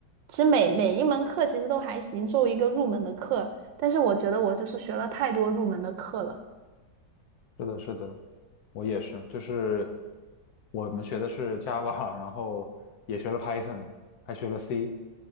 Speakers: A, on the right; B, on the left.
A: 其实每每一门课其实都还行，作为一个入门的课。但是我觉得我就是学了太多入门的课了。
B: 是的，是的，我也是，就是我们学的是 Java，然后也学了 Python，还学了 C，